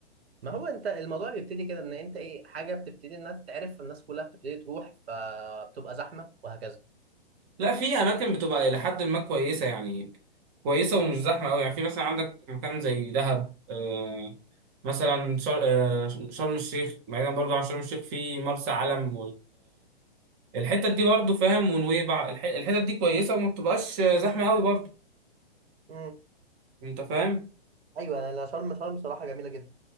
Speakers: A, on the right; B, on the right.
A: ما هو انت الموضوع بيبتدي كده ان انت ايه حاجه بتبتدي انها تتعرف فالناس كلها بتبتدي تروح فبتبقى زحمه وهكذا
B: لا في اماكن بتبقى الى حد ما كويسه يعني كويسه ومش زحمه قوي يعني في مثلا عندك مكان زي دهب آه مثلا شر... آه شرم الشيخ بعيدا برضو عن شرم الشيخ في مرسى علم والحتت دي برضو فاهم ونويبع الح... الحتت دي كويسه وما بتبقاش زحمه قوي برضو
A: امم
B: انت فاهم
A: ايوه انا شرم شرم صراحه جميله جدا